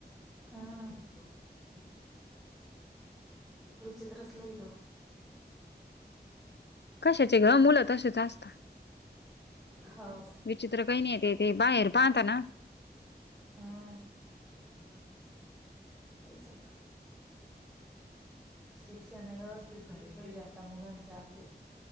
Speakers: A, in the centre; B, on the left.
A: हम्म. <inaudible> विचित्रच लय तो.
B: कशाचे ग! मुलं तसेच असतात.
A: हौ.
B: विचित्र काय नायते तेे बाहेर पाहतना.
A: हम्म <inaudible> तेच ना. शिक्षण व्यवस्थित झालं पाहिजे आता मुलांचे आपले.